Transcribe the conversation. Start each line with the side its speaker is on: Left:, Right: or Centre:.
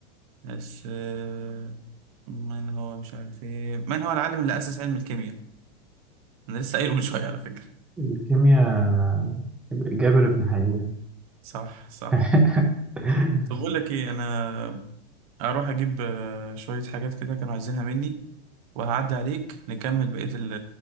Right: بس آه، من هو مش عارف ايه من هو العالم اللي اسس علم الكيمياء انا لسه قايله من <laughs> شويه على فكره
Centre: الكيمياء جابر بن حيان
Right: صح صح
Centre: <laughs>
Right: طب بقول لك ايه انا هروح اجيب آه، شويه حاجات كده كانوا عايزينها مني وهعدي عليك نكمل بقيه ال-